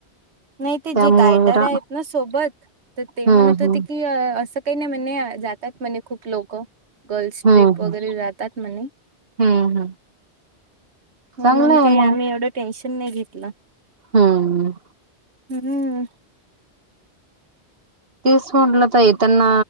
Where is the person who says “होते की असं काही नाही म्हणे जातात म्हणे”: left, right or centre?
Right